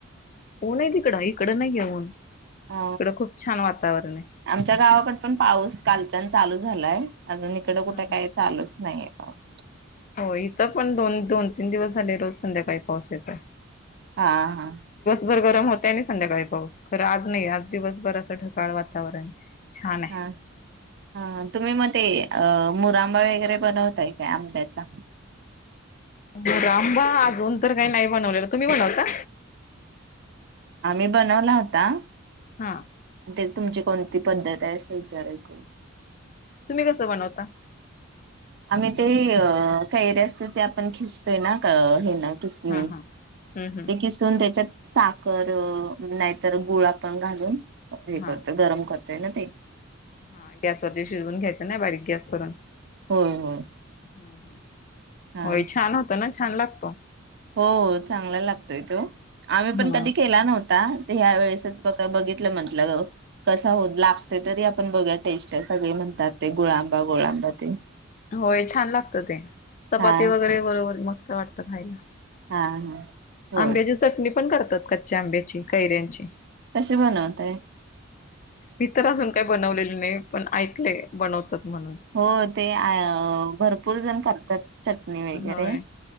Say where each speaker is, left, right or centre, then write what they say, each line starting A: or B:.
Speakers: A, on the left (about 40°); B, on the right (about 60°).
A: ऊन हाय तिकड इकड नाईये ऊन.
B: ह
A: इकडं खूप छान वातावरण आहे.
B: आमच्या गावाकड पण पाऊस कालच्यान चालू झालाय. अजून इकड कुठे
A: हा हा.
B: काय चालूच नाहीय पाऊस.
A: हो इथं पण दोन दोन, तीन दिवस झाले रोज संध्याकाळी पाऊस येतोय.
B: हा हा
A: र गरम होतय आणि संध्याकाळी पाऊस खरं आज नाहीय आज दिवसभर असं ढकाळ वातावरण छान आहे.
B: हा ह तुम्ही म ते अ मुरंबा वगैरे बनवताय काय आंब्याचा.
A: मुरंबा अजून तर काय नाय बनवलेलं. तुम्ही बनवता?
B: आम्ही बनवला होता.
A: हा
B: तेच तुमची कोणती पद्धत आहे अस विचारायच.
A: तुम्ही कसं बनवता?
B: आम्ही ते अ कैरी असते ते आपण खिसतोय ना क हे न खिसणी
A: हा हा हम्म हम्म
B: ते किसून त्याच्यात अ साखर अ नाहीतर गुळ आपण घालून हे
A: हा
B: करतोय गरम करतोय ना ते.
A: हा गॅसवरती शिजवून घ्यायचं ना बारीक गॅस करून
B: होय होय
A: हम्.
B: हा
A: होय छान होत ना छान लागतो.
B: हो चांगला लागतोय तो. आम्ही पण
A: हा
B: कधी केला नव्हता ते ह्या वेळेसच बघितलं मग. कसा होत लागते तरी आपण बघ्या टेस्ट सगळे म्हणतात, ते गुळांबा गोळांबा ते.
A: होय छान लागतं ते चपाती
B: हा
A: वगैरे बरोबर मस्त वाटतं खायला.
B: हा हा होय
A: आंब्याची चटणी पण करतात कच्च्या आंब्याची, कैऱ्यांची.
B: कसे बनवताय?
A: मी तर अजून काय बनवलेलं नाही पण ऐकले बनवतात. म्हणून
B: हो ते आ अ भरपूर जण करतात. चटणी वगैरे
A: होय